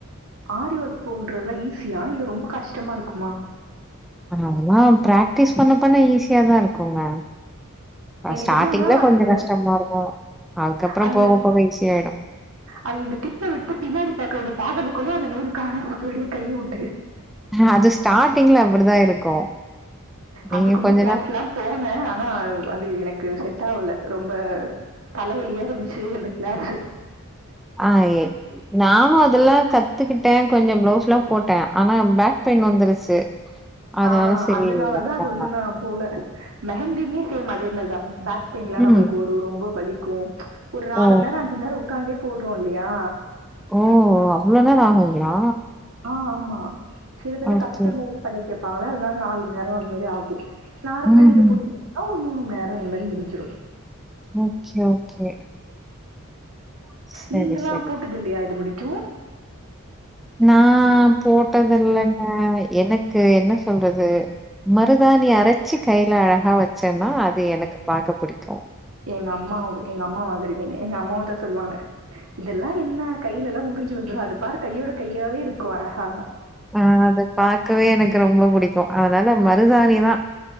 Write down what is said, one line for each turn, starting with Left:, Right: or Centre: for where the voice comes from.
Right: ஆரி ஒர்க் போடுறதெல்லா ஈஸியா இல்ல ரொம்ப கஷ்டமா இருக்குமா
Centre: அதெல்லா பிராக்டிஸ் பண்ண பண்ண ஈஸியாதா இருக்குங்க
Right: எனக்கு
Centre: ஸ்டார்டிங்ல
Right: என்னான்னா அதுல
Centre: கொஞ்சோ கஷ்டமா இருக்கு அதுக்கப்றோ
Right: அது
Centre: போக போக ஈஸியாயிடு
Right: அது டிப்ப விட்டு பின்னாடி பா அப்டி பாக்குறதுக்குள்ள அந்த நூல் காணம போய்டு கைய விட்டு
Centre: அது ஸ்டாட்டிங்ல அப்டிதா இருக்கு நீங்க
Right: அதுக்குமே
Centre: கொஞ்ச
Right: கிளாஸ்ல்லா
Centre: நாள்
Right: போனே ஆனா அது எனக்கு செட் ஆவல ரொம்ப தலவலியா இருந்துச்சு எந்த கிளாஸு
Centre: அ நானு அதெல்லா கத்துக்கிட்டே கொஞ்சோ பிளவுஸ் எல்லா போட்டே ஆனா பேக் பெயின் வந்துருச்சு அதனால
Right: ஆ
Centre: சரி
Right: அதனாலதா
Centre: வேண்டா
Right: அது வந்து நா போல மெஹந்திமே சேம் அதே இனிமேல்தா பேக் பெயின்லா
Centre: ம்
Right: நம்மளுக்கு ஒரு ரொம்ப வலி க்கும் ஒரு நாலு
Centre: ஓ
Right: மணி நேரோ அஞ்சு மணி நேரோ ஒக்காந்தே போட்றோ இல்லையா
Centre: ஓ அவ்வளோ நேரோ ஆகுங்ளா
Right: ஆ ஆமா சிலதெல்லா
Centre: ஓகே
Right: கஸ்டமைஸ் பண்ணி கேட்பாங்ளா அதனால நாலு நேரோ அதுமாரி ஆகு நார்மலா
Centre: ம்
Right: நீங்க
Centre: ம்
Right: போட்டு மூனு மணி நேரோ அந்தமாரி முடிஞ்சிடு
Centre: ஓகே ஓகே சரி
Right: நீங்கெல்லா
Centre: சரி
Right: போட்டதில்லயா இது முடி க்யூ
Centre: நா போட்டதில்லங்க எனக்கு என்ன சொல்றது மருதாணி அரைச்சு கைல அழகா வ ச்சன்னா அது எனக்கு பாக்க பிடிக்கும் ஓ
Right: எங்க அம்மா எங்க அம்மா மாதிரிநீங்க எங்க அம்மாவும் அது தான் சொல்லுவாங்க இதெல்லாம் என்ன கையில எல்லாம் உறிஞ்சு வந்துடும் அது பாரு கையோட கையாவே இருக்கும் ஹா
Centre: ஆஹ் அத பாக்கவே எனக்கு ரொம்ப புடிக்கும் க்கு அதனால மருதாணி தான்